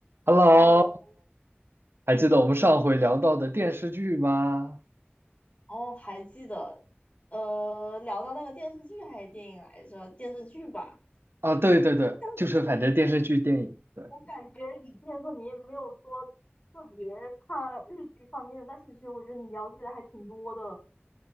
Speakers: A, on the right (about 65°); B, on the left (about 40°).
A: Hello，
B: Hello，
A: 还记得我们上回聊到的电视剧吗？
B: 哦，还记得，呃，聊到那个电视剧还是电影来着？电视剧吧。
A: 啊，对对对，
B: 但是
A: 就是反正电视剧、电影，对，
B: 我感觉你之前说你也没有说特别看日剧方面的，但是其实我觉得你了解的还挺多的